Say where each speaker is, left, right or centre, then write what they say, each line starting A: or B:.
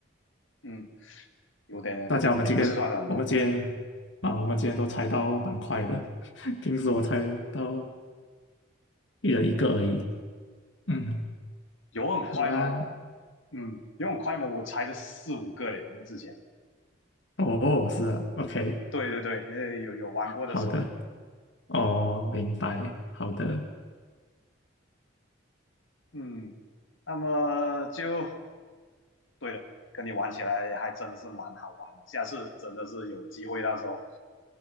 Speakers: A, on the left; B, on the left.
A: 嗯，有点也不是算的很多，
B: 大家，我们今天，我们今天啊，我们今天都猜到蛮快的，<laughs> 平时我猜到一人一个而已。嗯，
A: 有很快吗？
B: 好啦，
A: 嗯，有很快吗？我猜了四五个嘞，之前。
B: 哦，是啊，OK，
A: 对对对，呃，有有玩过的时候。
B: 好的，哦，明白，好的，
A: 嗯，那么就对了，跟你玩起来还真是蛮好玩的。下次真的是有机会，到时候